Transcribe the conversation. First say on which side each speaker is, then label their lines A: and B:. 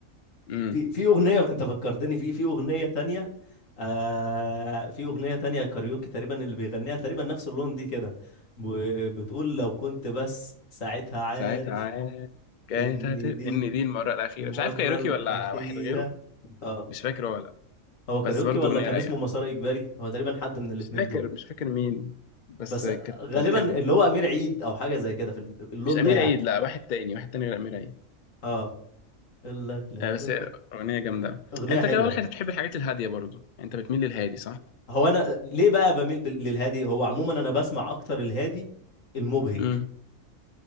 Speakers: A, on the left; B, on the left.
A: امم
B: في في اغنيه انت فكرتني في في اغنيه تانية آه في اغنيه تانية كاريوكي تقريبا اللي بيغنيها تقريبا نفس اللون دي كده ب- بتقول لو كنت بس ساعتها عارف
A: ساعتها عاد كانت
B: ان
A: هت إن
B: دي
A: دي المرة الأخيرة
B: المره
A: مش عارف كايروكي
B: الاخيره
A: ولا واحد غيره
B: اه
A: مش فاكر هو ولا لأ.
B: هو كاريوكي
A: بس برضه
B: ولا
A: أغنية
B: كان
A: رايقة
B: اسمه مسار اجباري هو تقريبا حد من الاتنين
A: مش فاكر
B: دول
A: مش فاكر مين بس
B: بس
A: كانت
B: غالبا
A: حلوة
B: اللي هو امير عيد او حاجه زي كده في اللون
A: مش أمير
B: ده يعني
A: عيد لا واحد تاني واحد تاني غير أمير عيد
B: اه يقول لك لو
A: آه
B: كنت
A: بس هي أغنية جامدة يعني
B: اغنيه حلوه
A: أنت كده واضح أنت بتحب الحاجات الهادية برضو يعني أنت بتميل للهادي صح؟
B: هو انا ليه بقى بميل بال- للهادي هو عموما انا بسمع اكتر الهادي المبهج
A: امم